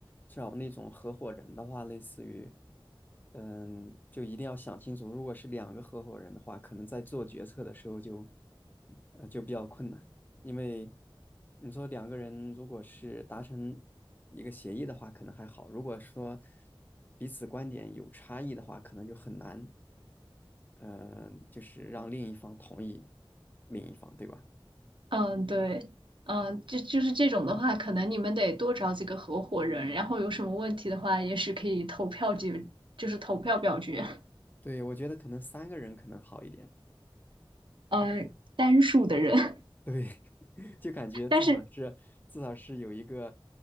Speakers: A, on the left; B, on the right.
A: 找那种合伙人的话，类似于，嗯，就一定要想清楚，如果是两个合伙人的话，可能在做决策的时候就，呃，就比较困难，因为你说两个人如果是达成一个协议的话，可能还好；如果说彼此观点有差异的话，可能就很难，呃，就是让另一方同意另一方，对吧？
B: 嗯，对，嗯，就就是这种的话，可能你们得多找几个合伙人，然后有什么问题的话，也是可以投票解，就是投票表决，
A: 对，我觉得可能三个人可能好一点。
B: 呃，单数的人。<laughs>
A: 对，<laughs> 就感觉至少是至少是有一个
B: 但是，